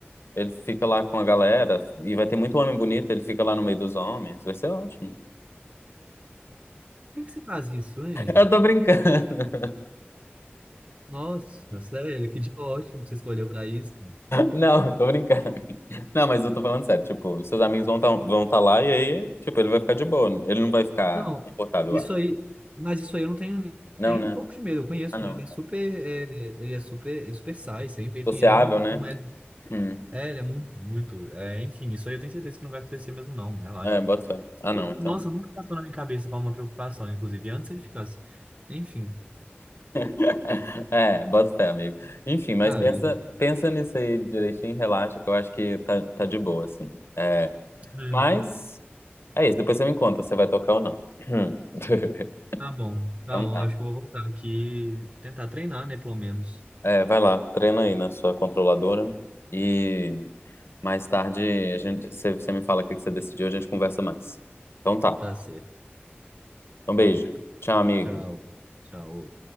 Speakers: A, on the left (about 75°); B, on the right (about 30°).
A: Ele fica lá com a galera e vai ter muito homem bonito, ele fica lá no meio dos homens, vai ser ótimo.
B: Por que que você faz isso, hein?
A: Eu tô brincando.
B: Nossa, sério, que dia ótimo que você escolheu pra isso.
A: Não, tô brincando. Não, mas eu tô falando sério. Tipo, seus amigos vão estar vão tá lá e aí, tipo, ele vai ficar de boa. Ele não vai ficar
B: Não,
A: desconfortável,
B: isso
A: eu acho.
B: aí, mas isso aí eu não tenho
A: Não,
B: nem
A: né?
B: um pouco de medo. Eu conheço
A: Ah, não.
B: ele, ele é super, é, ele é super, ele é super sai sempre, enfim,
A: Sociável,
B: ele não,
A: né?
B: não é,
A: Hum.
B: é, ele é muito, muito, é, enfim, isso aí eu tenho certeza que não vai acontecer mesmo não, relaxa.
A: É, bota fé. Ah, não,
B: E,
A: então.
B: nossa, nunca passou na minha cabeça para uma preocupação, inclusive antes ele ficasse, enfim,
A: <laughs> É, bota fé, amigo. Enfim, mas
B: sabe?
A: pensa, pensa nisso aí direitinho, relaxa, que eu acho que tá, tá de boa, assim. É,
B: É,
A: mas é isso, depois você me conta se você vai tocar ou não. <laughs> <clears throat>
B: tá bom, tá
A: Então
B: bom,
A: tá.
B: acho que eu vou voltar aqui, tentar treinar, né, pelo menos.
A: É, vai lá, treina aí na sua controladora e mais tarde a gente, você, você me fala o que que você decidiu, a gente conversa mais. Então tá.
B: Tá certo,
A: Um beijo.
B: tá bom, tá.
A: Tchau, amigo.
B: Tchau, tchau.